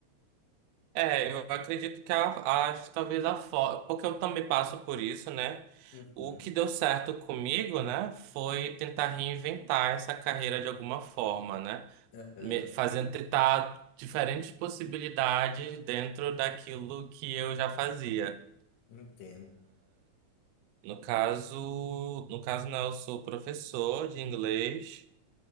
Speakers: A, on the right; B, on the left.
A: É, eu acredito que a, a- talvez a forma. Porque eu também passo por isso, né?
B: Uhum,
A: O que deu certo comigo, né? Foi tentar reinventar essa carreira de alguma forma, né?
B: aham,
A: me- fazendo tentar diferentes possibilidades dentro daquilo que eu já fazia.
B: entendo.
A: No caso, no caso não, eu sou professor de inglês